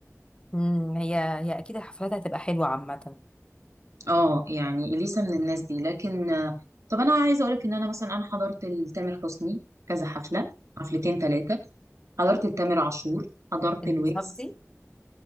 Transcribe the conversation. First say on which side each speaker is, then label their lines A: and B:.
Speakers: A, on the left; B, on the right.
A: مم، هي هي اكيد الحفلات هتبقى حلوه عامه
B: اه يعني اليسا من الناس دي لكن آه، طب انا عايزه اقولك ان انا مثلا انا حضرت لتامر حسني كذا حفله حفلتين ثلاثه حضرت لتامر عاشور حضرت
A: بالظبطي
B: الويجز